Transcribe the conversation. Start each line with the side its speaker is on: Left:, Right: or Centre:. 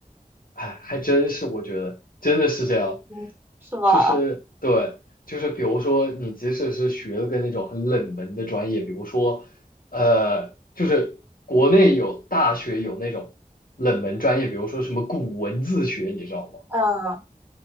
Left: 哎，还真是，我觉得真的是这样，
Right: 嗯，是吧？
Left: 就是对，就是比如说你即使是学了个那种很冷门的专业，比如说，呃，就是国内有大学有那种冷门专业，比如说什么古文字学，你知道吗？
Right: 嗯，